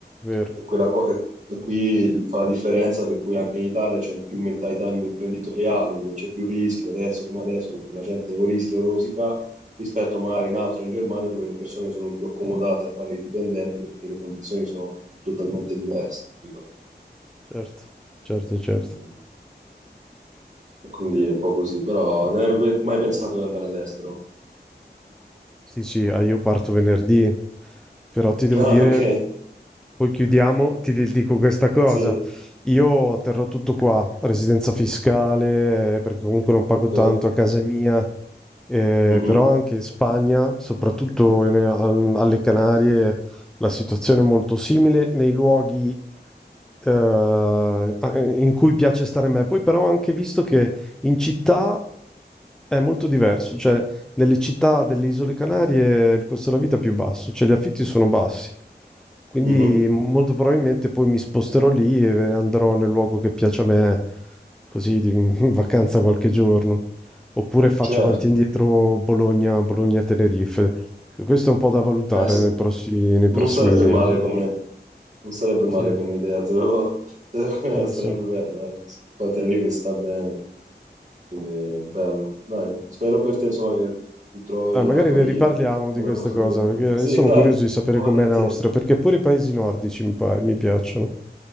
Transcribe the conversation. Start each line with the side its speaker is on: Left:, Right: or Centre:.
Centre: Vero,
Right: E quella co- e- e qui fa la differenza per cui anche in Italia c'è più mentalità imprenditoriale, dove c'è più rischio adesso come adesso, perché la gente o rischia o rosica, rispetto magari in Austria, in Germania, dove le persone sono più accomodate a fare i dipendenti perché le condizioni sono totalmente diverse, capito?
Centre: certo, certo, certo.
Right: Mm. Quindi è un po' così, però non hai mai pensato di andare all'estero?
Centre: Sì, sì, ah, io parto venerdì, però ti devo
Right: <laughs> Ah,
Centre: dire
Right: ok,
Centre: Poi chiudiamo, ti di- dico questa cosa.
Right: sì.
Centre: Io terrò tutto qua, residenza fiscale, eh, perché comunque non pago
Right: Ok.
Centre: tanto a casa mia, eh,
Right: Mhm,
Centre: però anche in Spagna, soprattutto in- al- alle Canarie, la situazione è molto simile nei luoghi eh, a- in cui piace stare a me. Poi però ho anche visto che in città è molto diverso, cioè nelle città delle Isole Canarie il costo della vita è più basso, cioè gli affitti sono bassi. Quindi
Right: mhm,
Centre: molto probabilmente poi mi sposterò lì e andrò nel luogo che piace a me, così di- <laughs> in vacanza qualche giorno. Oppure faccio
Right: Certo.
Centre: avanti e indietro Bologna, Bologna-Tenerife. E Questo è un po' da valutare
Right: Eh, s-
Centre: nei prossimi, nei
Right: non
Centre: prossimi
Right: sarebbe
Centre: mesi.
Right: male come, non sarebbe male
Centre: Sì,
Right: come idea, te lo- <laughs> te lo-
Centre: sì,
Right: sarebbe
Centre: sì.
Right: bello, dai. Poi Tenerife sta bene, quindi bello. Dai, spero per te, insomma, che tu trovi
Centre: Eh, magari
Right: la tua
Centre: ne
Right: via,
Centre: riparliamo
Right: come
Centre: di questa
Right: la possa
Centre: cosa,
Right: trovare anche.
Centre: perché
Right: io.
Centre: io
Right: Sì,
Centre: sono
Right: dai,
Centre: curioso di
Right: <laughs>
Centre: sapere
Right: volentieri.
Centre: com'è in Austria, perché pure i paesi nordici mi, pa- mi piacciono.